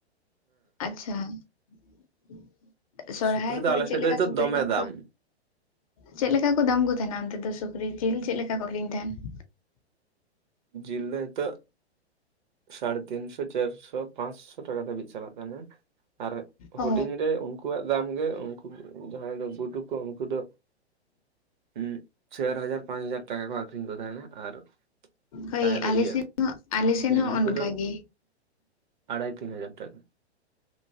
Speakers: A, on the left; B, on the right.
A: ᱟᱪᱪᱷᱟ ᱾ ᱥᱚᱦᱚᱨᱟᱭ
B: ᱥᱩᱠᱨᱤ ᱫᱚ
A: ᱠᱚᱨᱮ
B: ᱟᱞᱮᱥᱮᱫ
A: ᱪᱮᱫ ᱞᱮᱠᱟ
B: ᱫᱚ ᱱᱤᱛᱚᱜ
A: ᱥᱩᱠᱨᱤ
B: ᱫᱚᱢᱮ
A: ᱠᱚᱠᱚ
B: ᱫᱟᱢ
A: ᱪᱮᱫ ᱞᱮᱠᱟ ᱠᱚ ᱫᱟᱢ ᱠᱚ ᱛᱟᱦᱮᱸᱱᱟ ᱚᱱᱛᱮ ᱫᱚ ᱥᱩᱠᱨᱤ ᱡᱤᱞ ᱪᱮᱫ ᱞᱮᱠᱟ ᱠᱚ ᱟᱠᱷᱨᱤᱧ ᱛᱟᱦᱮᱸᱱ ᱾
B: ᱡᱤᱞ ᱫᱚ ᱱᱤᱛᱚᱜ ᱥᱟᱲᱮ ᱛᱤᱱᱥᱳ ᱪᱟᱨᱥᱳ ᱯᱟᱸᱥᱳ ᱴᱟᱠᱟ ᱫᱷᱟᱹᱵᱤᱡ ᱪᱟᱞᱟᱜ ᱠᱟᱱᱟ ᱟᱨ
A: ᱚ
B: ᱦᱩᱰᱤᱧ ᱨᱮ ᱩᱱ ᱠᱩᱣᱟᱜ ᱫᱟᱢ ᱜᱮ ᱩᱱᱠᱩ ᱡᱟᱦᱟᱸᱭ ᱫᱚ ᱜᱩᱰᱩ ᱠᱚ ᱩᱱᱠᱩ ᱫᱚ ᱦᱩᱸ ᱪᱟᱨ ᱦᱟᱡᱟᱨ ᱯᱟᱸᱪ ᱦᱟᱡᱟᱨ ᱴᱟᱠᱟ ᱠᱚ ᱟᱠᱷᱨᱤᱧ ᱠᱚ ᱛᱟᱦᱮᱸᱱᱟ ᱾ ᱟᱨ
A: ᱦᱳᱭ
B: ᱡᱟᱦᱟᱸᱭ ᱫᱚ
A: ᱟᱞᱮ
B: ᱤᱭᱟᱹ
A: ᱥᱮᱱ ᱦᱚᱸ ᱟᱞᱮ ᱥᱮᱱ ᱦᱚᱸ
B: ᱩᱱᱠᱩ
A: ᱚᱱᱠᱟ
B: ᱫᱚ
A: ᱜᱮ
B: ᱟᱲᱟᱭ ᱛᱤᱱ ᱦᱟᱡᱟᱨ ᱴᱟᱠᱟ ᱾